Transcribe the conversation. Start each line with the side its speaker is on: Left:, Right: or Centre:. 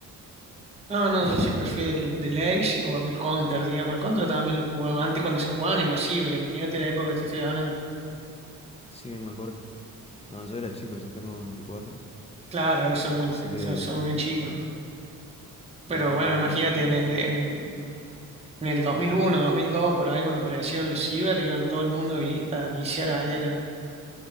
Right: No, no, yo siempre fui del, del Age o del Counter, digamos. El Counter también lo jugaba antes cuando se jugaban en los ciber. Imagínate la época que te estoy hablando.
Left: Sí, me acuerdo. No, yo era chico, yo tengo veinticuatro
Right: Claro, son muy,
Left: Así que
Right: son, son muy chicos. Pero
Left: la época
Right: bueno,
Left: de
Right: imagínate
Left: los cibers.
Right: en el, en, en el 2001, 2002, por ahí cuando aparecieron los ciber, iban todo el mundo a vi- a viciar ahí a la-